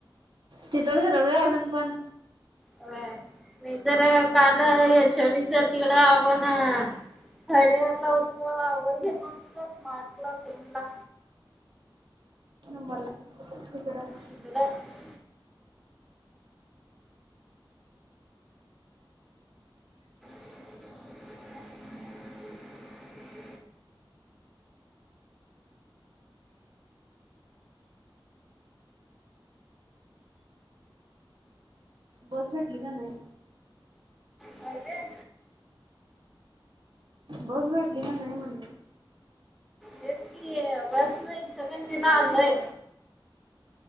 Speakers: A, on the right; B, in the centre.
A: तिथंच फीरत आहे अजूंन पणं
B: होय मी तरं काल यांच्यावडीसर तिकडं हवं ना थर्ड इअर ला होतं कां वर्ग घेना होत का स्मार्ट क्लास रूमला
A: शंभरला ककड <unintelligible>
B: तकडं <unintelligible> <unintelligible>
A: बसं भेटली कां नाहीं
B: माहितीये?
A: बस भेटली की नाहीं म्हणंल
B: तेचं की ते बसं नाहीं सगळं दिला आदय